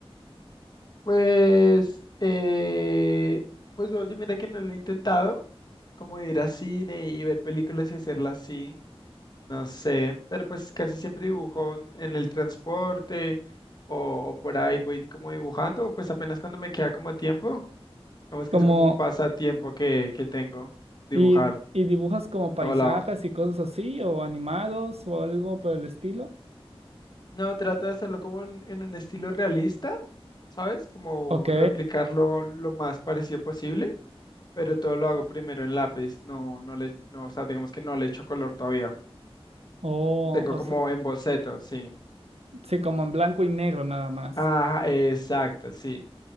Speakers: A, on the left; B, on the right.
A: Pues, eh, pues oye, mira que no lo he intentado, como ir a cine y ver películas y hacerlas así, no sé, pero pues casi siempre dibujo en en el transporte o, o por ahí voy como dibujando, pues apenas cuando me queda como tiempo, vamos que
B: Como,
A: es como un pasatiempo que, que tengo, dibujar
B: y, ¿y dibujas como
A: en
B: paisajes
A: todo lado.
B: y cosas así, o animados, o algo por el estilo?
A: No, trato de hacerlo como en, en un estilo realista, ¿sabes? Como
B: Ok.
A: replicarlo lo más parecido posible. Pero todo lo hago primero en lápiz, no, no le, no, o sea, digamos que no le echo color todavía.
B: Oh,
A: Tengo
B: o
A: como
B: se-
A: en boceto, sí.
B: sí, como en blanco y negro nada más.
A: Ajá, exacto, sí.